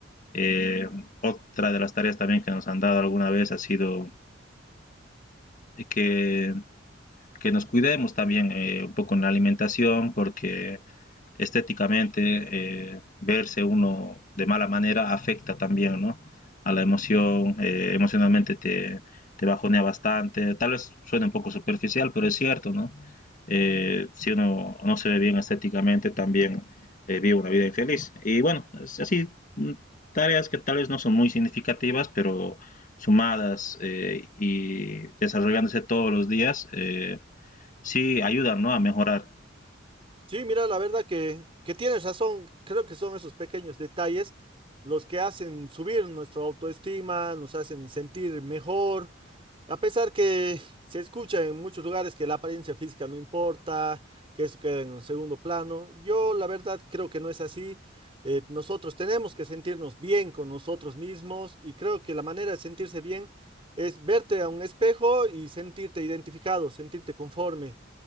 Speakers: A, on the left; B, on the right.
A: Eh, otra de las tareas también que nos han dado alguna vez ha sido que que nos cuidemos también eh, un poco en la alimentación, porque estéticamente eh, verse uno de mala manera afecta también, ¿no? A la emoción, eh, emocionalmente te, te bajonea bastante. Tal vez suene un poco superficial, pero es cierto, ¿no? Eh, si uno no se ve bien estéticamente, también eh, vive una vida infeliz. Y bueno, es así, mm, tareas que tal vez no son muy significativas, pero sumadas eh, y desarrollándose todos los días, eh, Sí, ayudan, ¿no? A mejorar.
B: Sí, mira, la verdad que, que tienes razón. Creo que son esos pequeños detalles los que hacen subir nuestra autoestima, nos hacen sentir mejor. A pesar que se escucha en muchos lugares que la apariencia física no importa, que eso queda en un segundo plano, yo la verdad creo que no es así. Eh, nosotros tenemos que sentirnos bien con nosotros mismos y creo que la manera de sentirse bien es verte a un espejo y sentirte identificado, sentirte conforme.